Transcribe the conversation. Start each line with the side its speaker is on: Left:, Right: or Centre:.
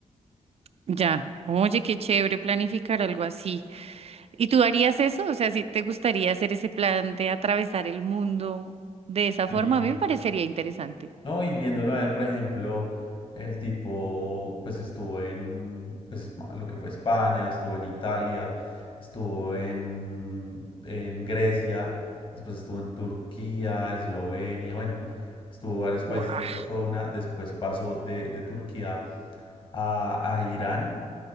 Right: ya. Oye, qué chévere planificar algo así. ¿Y tú harías eso? O sea, si te gustaría hacer ese plan de atravesar el mundo de esa
Left: Sí.
Right: forma, a mí me parecería interesante.
Left: No, y viéndolo a él, por ejemplo, el tipo pues estuvo en pues, ma- lo que fue España, estuvo en Italia, estuvo en, en Grecia, después estuvo en Turquía, Eslovenia, bueno, estuvo varios países
Right: Guau.
Left: de esa zona, después pasó de, de Turquía a, a Irán